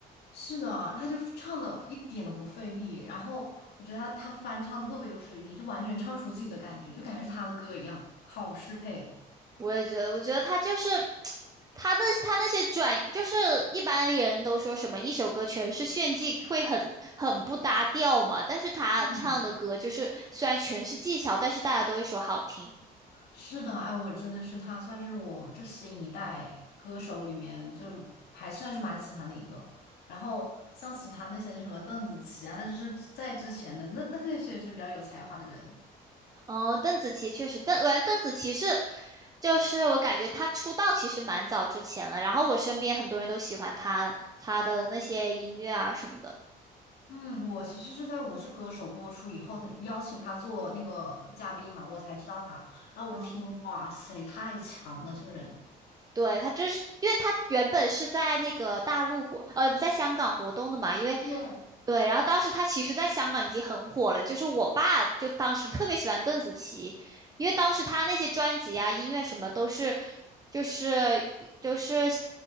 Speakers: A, on the left; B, on the right.
A: 是的，他就唱的一点都不费力，然后我觉得他他翻唱特别有水平，就完全唱出自己的感觉，就感觉是他的歌一样，好适配。
B: 我也觉得，我觉得她就是 <tsk> 她那她那些转，就是一般人都说什么一首歌全是炫技会很很不搭调嘛，但是她唱的歌就是虽然全是技巧，
A: 嗯，
B: 但是大家都会说好听。
A: 是的，哎，我真的是他算是我这新一代歌手里面就还算是蛮喜欢的一个。然后像其他那些什么邓紫棋啊，那就是在之前的那那那些是比较有才华的人。
B: 哦，邓紫棋确实，邓，我感觉邓紫棋是，就是我感觉她出道其实蛮早之前了，然后我身边很多人都喜欢她，她的那些音乐啊什么的。
A: 嗯，我其实是在《我是歌手》播出以后，他邀请他做那个嘉宾嘛，我才知道他。然后我听，
B: 嗯。
A: 哇塞，太强了，这个人。
B: 对，他这是，因为他原本是在那个大陆活，呃，不在香港活动的嘛，因为
A: 对，
B: 对，然后当时他其实在香港已经很火了，就是我爸就当时特别喜欢邓紫棋，因为当时他那些专辑啊、音乐什么都是，就是就是